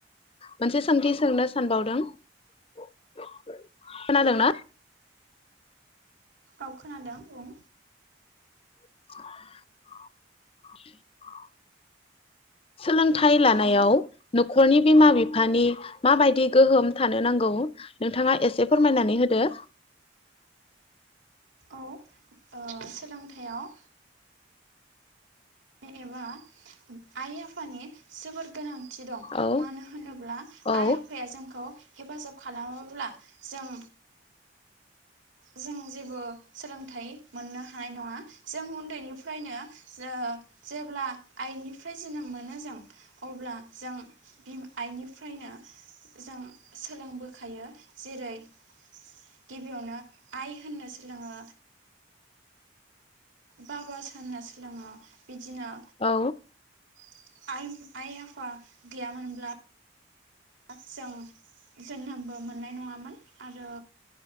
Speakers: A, on the left; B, on the right.
A: मोनसे सोंथि सोंनो सानबावदों खोनादों ना
B: औ खोनादों। बुं
A: <inaudible> सोलोंथाइ
B: खोनादों
A: लानायाव न'खरनि बिमा बिफानि माबायदि गोहोम थानो नांगौ नोंथाङा एसे फोरमायनानै होदो।
B: औ ओ सोलोंथाइयाव एबा आइ आफानि जोबोद गोनां दं
A: औ
B: मानो होनोब्ला
A: औ
B: आइ आफाया जोंखौ हेफाजाब खालामोब्ला जों जों जेबो सोलोंथाइ मोननो हानाय नङा जों उन्दैनिफ्रायनो ओ जेब्ला आइनिफ्राय जोनोम मोनो जों अब्ला जों आइनिफ्रायनो जों सोलोंबोखायो जेरै गिबियावनो आइ होननो सोलोङो बाबा सानना सोलङो बिदिनो
A: औ
B: <unintelligible> जों जोनोमबो मोननाय नङामोन आरो